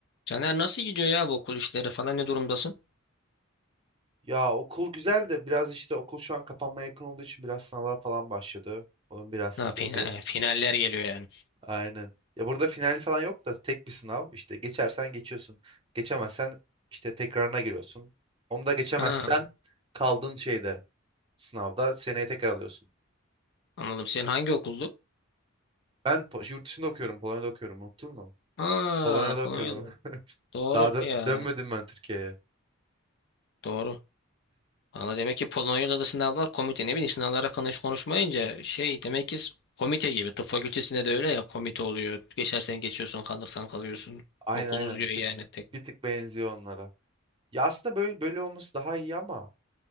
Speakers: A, on the left; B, on the right.
A: Caner nasıl gidiyor ya bu okul işleri falan ne durumdasın?
B: Ya okul güzel de biraz işte okul şu an kapanmaya yakın olduğu için biraz sınavlar falan başladı. Onun biraz stresi.
A: Ha, fina- e, finaller geliyor yani.
B: Aynen. Ya burada final falan yok da tek bir sınav. İşte geçersen geçiyorsun. Geçemezsen işte tekrarına giriyorsun. Onu da geçemezsen
A: Ha,
B: kaldığın şeyde sınavda seneye tekrar alıyorsun.
A: anladım. Senin hangi okuldu?
B: Ben Po- yurt dışında okuyorum. Polonya'da okuyorum. Unuttun mu?
A: Ha,
B: Polonya'da
A: Polonya'da.
B: okuyordum. <laughs>
A: Doğru
B: Daha da
A: ya.
B: dönmedim ben Türkiye'ye.
A: Doğru. Valla demek ki Polonya'da da sınavlar komite. Ne bileyim sınavlara konuş konuşmayınca şey demek ki komite gibi. Tıp fakültesinde de öyle ya komite oluyor. Geçersen geçiyorsun, kalırsan kalıyorsun.
B: Aynen
A: Okul
B: aynen
A: uzuyor
B: bir tık
A: yani tek.
B: bir tık benziyor onlara. Ya aslında böyle böyle olması daha iyi ama